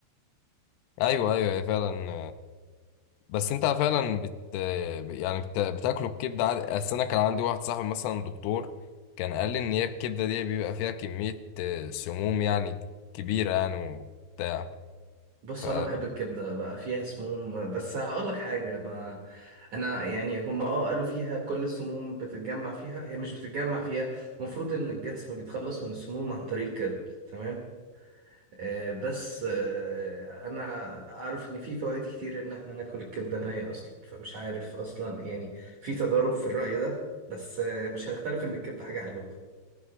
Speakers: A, on the left; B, on the right.
A: ايوه ايوه هي فعلا بس انت فعلا بت يعني بت... بتاكلوا الكبده عادي اصل انا كان عندي واحد صاحبي مثلا دكتور كان قال لي ان هي الكبده دي بيبقى فيها كميه آه، سموم يعني كبيره يعني وبتاع
B: بص
A: ف
B: هو انا بحب الكبده بقى فيها سموم بس هقول لك حاجه ما انا يعني هم اه قالوا فيها كل السموم بتتجمع فيها هي مش بتتجمع فيها المفروض ان الجسم بيتخلص من السموم عن طريق الكبد تمام آه، بس آه، انا عارف ان في فوائد كتير ان احنا ناكل الكبده نيه اصلا فمش عارف اصلا يعني في تضارب في الراي ده بس آه، مش هنختلف ان الكبده حاجه حلوه